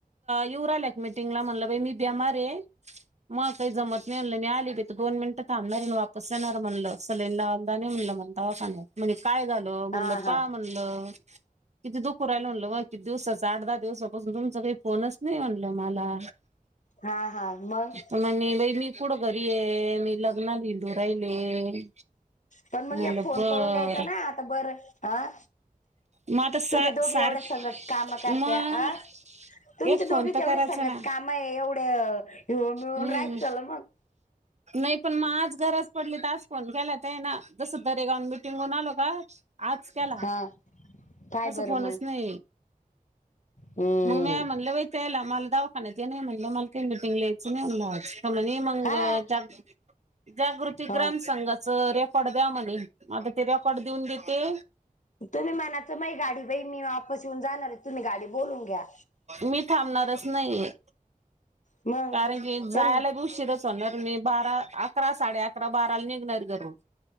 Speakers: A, on the right; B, on the left.
A: येऊ रायला एक मीटिंगला, म्हणलं बा मी ब्यिमार य मला काही जमत नाही म्हनलं, मी आली. तर दोन मिनट थांबणार आणि वापस जाणार म्हणलं, सलाईन लावायला नाहीत म्हणलं मला दवाखान्यात, म्हणे काय झालं म्हणलं,
B: हा
A: पाहा
B: हा
A: म्हणलं, तिथ दुख पुराय लावलं वाक किती दिवसाच, आठ, दहा दिवसापासून तुमचा काही फोनच नाही म्हणल मला.
B: हा हा, मग.
A: म्हणे बाई, मी कुढं घरी आहे, मी लग्नाला ईऊन राहिले.
B: पण मग
A: म्हणलं
B: एक फोन
A: बर
B: करून द्यायचं ना, आता बरं, हा.
A: मग आता स
B: तुम्ही दोघी
A: सार
B: एवढं सांग, काम करत्या
A: मग
B: अं. तुमचे
A: एक
B: दोघी
A: फोन तर
B: एवढे
A: करायचा
B: सांगत
A: ना
B: काम आहे, एवढे हिऊन मिळून
A: हम्म
B: राहाय चल मग.
A: नाही पण, मग आज गरज पडली, तर आज फोन केला ते ना, जसं दरेगाऊन मिटिंग होऊन आलो का, आज, केला.
B: हा काय
A: तस
B: बरं
A: फोनच
B: मग
A: नाही,
B: हम्म
A: मग म्या म्हनलं बाई ते याला मला दवाखाचे नाही म्हणलं, मला काय मिटींग ला यायच नाही म्हनलं आज. मग
B: हा
A: जाग, जागृती
B: हा
A: ग्राम संघाच रेकॉर्ड द्या म्हणलं. आता ते रेकॉर्ड देऊन देते
B: तुम्ही म्हणाचं बाई, गाडी बाई, मी वापस येऊन जाणार आहे. तुम्ही गाडी बोलून घ्या.
A: मी थांबणारच नाहीये.
B: मग
A: कारण की जायला
B: त्यां
A: बी उशिरच मी बारा, अकरा, साडे अकरा, बाराला निघणार घरून,